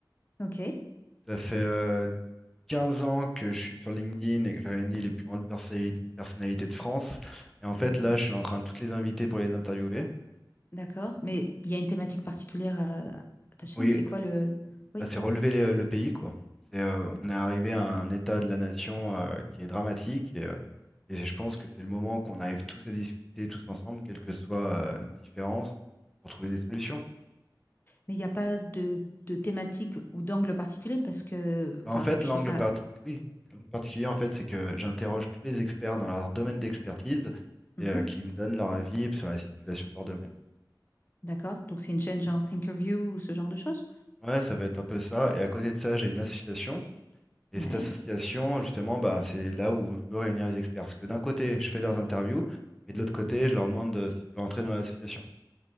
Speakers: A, on the left; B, in the centre.
A: Ok,
B: Ça fait euh, 15 ans que je suis sur LinkedIn et que je réunis les plus grandes persé- personnalités de France. Et en fait,
A: d'accord,
B: là, je suis en train de toutes les inviter pour les interviewer.
A: d'accord. Mais il y a une thématique particulière à, à ta chaîne,
B: Oui,
A: c'est quoi le... Oui,
B: bah, c'est relever les- euh, le pays, quoi. C'est, euh, on est arrivé à un état de la nation euh, qui est dramatique et, euh, et je pense que c'est le moment qu'on arrive tous à discuter tous ensemble, quelles que soient euh, nos différences, pour trouver des solutions.
A: mais il n'y a pas de, de thématique ou d'angle particulier parce que,
B: En
A: enfin,
B: fait,
A: je
B: l'angle
A: trouve ça...
B: parti- oui, l'angle particulier, en fait, c'est que j'interroge tous les experts dans leur domaine d'expertise
A: Mhm,
B: et euh, qui me donnent leur avis sur la situation de leur domaine.
A: d'accord, donc c'est une chaîne genre Thinkerview ou ce genre de choses?
B: Ouais, ça va être un peu ça. Et à côté de ça, j'ai une association. Et
A: Ouais.
B: cette association, justement, bah, c'est là où je veux réunir les experts. Parce que d'un côté, je fais leurs interviews et de l'autre côté, je leur demande euh, s'ils veulent entrer dans l'association.